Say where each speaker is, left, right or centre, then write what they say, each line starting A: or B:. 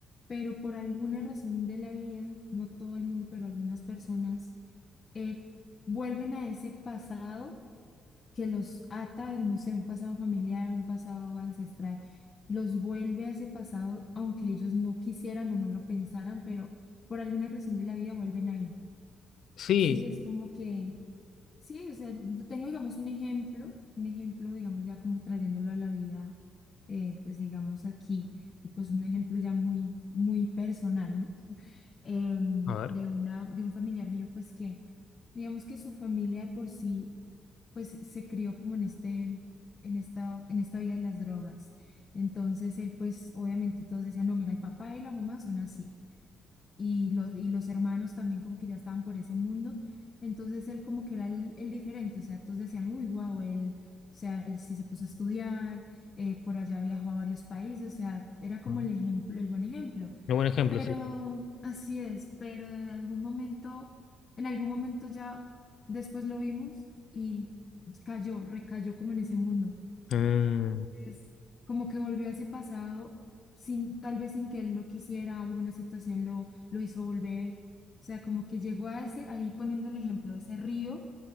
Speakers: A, on the left; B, on the left.
A: pero por alguna razón de la vida, no todo el mundo, pero algunas personas, eh, vuelven a ese pasado que los ata, no sé, un pasado familiar, un pasado ancestral, los vuelve a ese pasado, aunque ellos no quisieran o no lo pensaran, pero por alguna razón de la vida vuelven ahí.
B: Sí,
A: Sí, es como que Sí, o sea, yo tengo, digamos, un ejemplo, un ejemplo, digamos, ya como trayéndolo a la vida, eh, pues digamos aquí, y pues un ejemplo ya muy, muy personal, ¿no? Em,
B: a ver.
A: de una, de un familiar mío, pues que, digamos que su familia de por sí, pues se crió como en este, en esta, en esta vida de las drogas. Entonces él, pues, obviamente todos decían, no, mira, el papá y la mamá son así y los, y los hermanos también como que ya estaban por ese mundo. Entonces él como que era el, el diferente, o sea, todos decían, uy, wow, él, o sea, él sí se puso a estudiar, eh, por allá viajó a varios países, o sea, era como
B: Ah.
A: el ejemplo, el buen ejemplo.
B: Un buen ejemplo,
A: Pero
B: sí.
A: así es, pero en algún momento, en algún momento ya después lo vimos y cayó, recayó como en ese mundo
B: Ah,
A: pues como que volvió a ese pasado sin, tal vez sin que él lo quisiera, alguna situación lo, lo hizo volver. O sea, como que llegó a ese, ahí poniendo el ejemplo, ese río,